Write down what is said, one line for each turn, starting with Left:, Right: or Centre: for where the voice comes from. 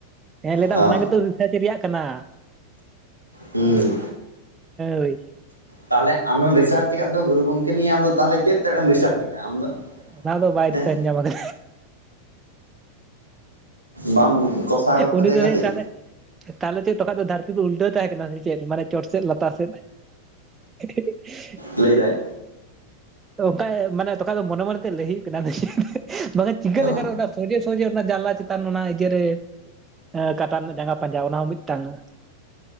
Right: ᱦᱮᱸ ᱞᱟᱹᱭ ᱫᱟ
Left: ᱚ
Right: ᱚᱱᱟ ᱜᱮᱛᱚ ᱠᱷᱮᱛ ᱨᱮᱭᱟᱜ ᱠᱟᱱᱟ᱾
Left: ᱦᱩᱸ᱾
Right: ᱦᱳᱭ
Left: ᱛᱟᱦᱞᱮ ᱟᱢᱮᱢ ᱨᱤᱥᱟᱨᱪ ᱟᱠᱟᱫ ᱫᱚ ᱜᱩᱨᱩ ᱜᱚᱝᱠᱮ ᱱᱤᱭᱮ ᱟᱢ ᱫᱚ ᱛᱟᱦᱞᱮ ᱪᱮᱫ ᱛᱮᱫ ᱮᱢ ᱨᱤᱥᱟᱨᱪ ᱟᱠᱟᱜ-ᱟ ᱟᱢ ᱫᱚ?
Right: ᱚᱱᱟ ᱫᱚ ᱵᱟᱭ ᱨᱤᱥᱟᱨᱪ
Left: ᱦᱮᱸ
Right: ᱧᱟᱢ ᱠᱟᱜ-ᱟ᱾
Left: ᱵᱟᱢ ᱠᱚᱥᱟᱣ ᱜᱚᱫ
Right: ᱩᱱᱤ
Left: ᱠᱟᱫᱮᱭᱟ
Right: ᱫᱚ
Left: ᱠᱟᱹᱴᱤᱡ
Right: ᱛᱟᱦᱞᱮ ᱛᱟᱞᱦᱮ ᱪᱮᱫ ᱛᱚᱠᱷᱚᱡ ᱫᱚ ᱫᱷᱟᱹᱨᱛᱤ ᱫᱚ ᱩᱞᱴᱟᱹᱣ ᱛᱟᱦᱮᱸ ᱠᱟᱱᱟ ᱥᱮ ᱪᱮᱫ ᱢᱟᱱᱮ ᱪᱚᱴ ᱥᱮᱫ ᱞᱟᱛᱟᱨ ᱥᱮᱫ᱾ <unintelligible>
Left: ᱞᱟᱹᱭ ᱫᱟᱭ᱾
Right: ᱚᱱᱠᱟ ᱢᱟᱱᱮ ᱛᱚᱠᱷᱟᱡ ᱫᱚ ᱢᱚᱱᱮ ᱢᱚᱱᱮᱱᱛᱮ ᱞᱟᱹᱭ ᱦᱩᱭᱩᱜ ᱠᱟᱱᱟ ᱟᱫᱚ ᱪᱮᱫ᱾ ᱵᱟᱠᱷᱟᱡ ᱪᱤᱠᱟᱹ ᱞᱮᱠᱟ
Left: ᱚ
Right: ᱨᱮ ᱚᱱᱟ ᱥᱳᱡᱮ, ᱥᱳᱡᱮ ᱚᱱᱟ ᱡᱟᱱᱞᱟ ᱪᱮᱛᱟᱱ ᱚᱱᱟ ᱤᱭᱟᱹᱨᱮ ᱠᱟᱴᱟ ᱨᱮᱱᱟᱜ ᱡᱟᱸᱜᱟ ᱯᱟᱸᱡᱟ ᱚᱱᱟ ᱦᱚᱸ ᱢᱤᱫᱴᱟᱝ᱾